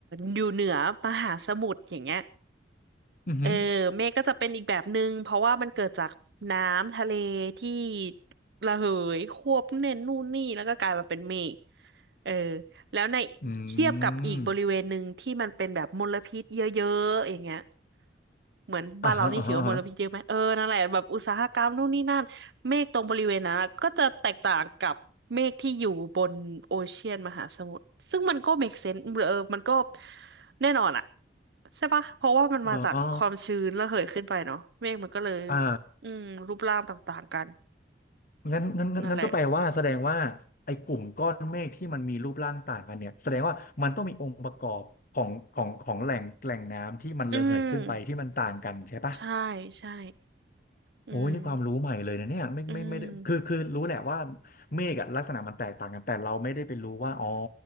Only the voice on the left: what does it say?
อือหือ
อื
ม
อ่าฮะอ่าฮะอ่าฮะ
อาอ๋ออ่า
งั้นงั้นงั้นงั้นก็แปลว่าแสดงว่าไอ้กลุ่มก้อนเมฆที่มันมีรูปร่างต่างกันเนี่ยแสดงว่ามันต้องมีองค์ประกอบของของของแหล่งแหล่งน้ำที่มันระเหยขึ้นไปที่มันต่างกันใช่ปะ
โอ้ยนี่ความรู้ใหม่เลยนะเนี่ยไม่ไม่ไม่ได้คือคือรู้แหละว่า
เมฆอะลักษณะมันแตกต่างกันแต่เราไม่ได้ไปรู้ว่าอ๋อ